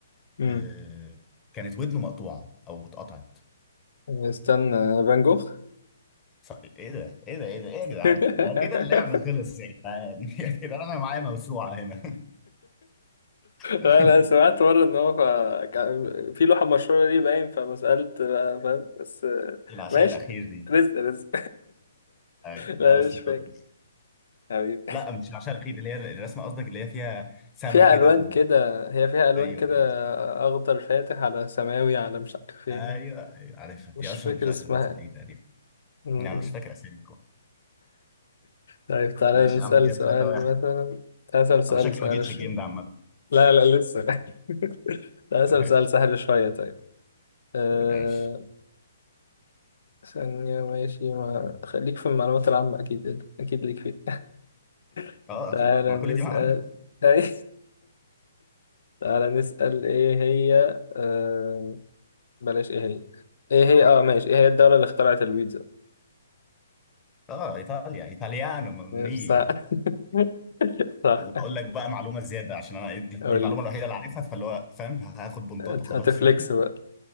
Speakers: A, on the left (about 65°); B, on the left (about 20°).
A: مم.
B: آه... كانت ودنه مقطوعه او اتقطعت
A: استنى فان جوخ
B: ف- ايه ده ايه ده ايه ده ايه يا جدعان
A: <laughs>
B: ده ده كده اللعب خلص يا جدعان <laughs> يا جدعان انا معايا موسوعه هنا <laughs>
A: لا لا سمعت مرة ان هو ف- كان في لوحة مشهورة ليه باين فما سألت بقى فاهم بس آه،
B: العشاء
A: ماشي
B: الاخير دي
A: رزق رزق
B: ايوه
A: <laughs>
B: لا
A: لا
B: بس
A: مش
B: بطرس.
A: فاكر حبيبي
B: لا مش العشاء الاخير اللي هي الرسمه قصدك اللي هي فيها سما
A: فيها
B: كده
A: ألوان
B: و...
A: كده هي فيها ألوان
B: ايوه
A: كده
B: ايوه
A: أخضر فاتح على سماوي على مش عارف ايه
B: ايوه ايوه عارفها دي
A: مش
B: اشهر
A: فاكر
B: رسمه
A: اسمها
B: رسمه دي تقريبا
A: م-
B: يعني انا
A: م.
B: مش فاكر اساميكم
A: طيب تعالى
B: ماشي
A: نسأل
B: يا عم كده
A: سؤال
B: 3 1
A: مثلا أسأل سؤال
B: انا شكلي
A: سؤال
B: ما جيتش الجيم ده عامه
A: لا لا لسه <laughs> ده أسأل
B: <laughs> ماشي
A: سؤال سهل شوية طيب أه...
B: ماشي
A: ثانية ماشي ما... خليك في المعلومات العامة أكيد أكيد ليك فيه <laughs>
B: اه
A: تعالى
B: اكيد ما
A: نسأل
B: كل دي معانا
A: أي تعالى نسأل إيه هي أه... بلاش إيه هي إيه هي أه ماشي إيه هي الدولة اللي اخترعت البيتزا
B: اه ايطاليا ايطاليانو ماميا
A: صح <laughs> صح
B: واقول لك بقى معلومه زياده عشان انا إيه، دي
A: قول
B: دي المعلومه
A: لي
B: الوحيده اللي عارفها فاللي هو فاهم هاخد بنطات
A: هت-
B: وخلاص
A: هتفليكس
B: <laughs>
A: بقى